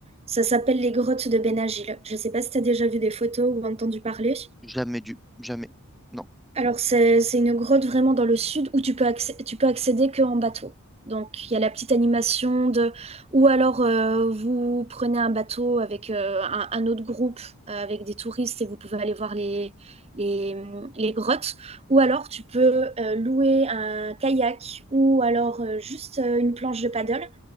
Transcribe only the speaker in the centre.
Jamais dû, jamais. Non.